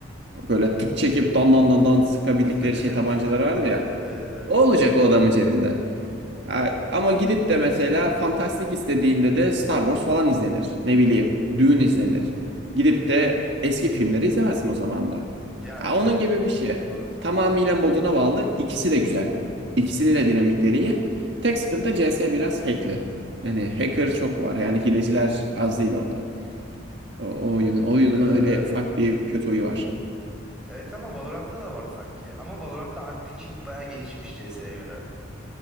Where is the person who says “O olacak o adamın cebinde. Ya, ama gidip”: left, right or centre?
Right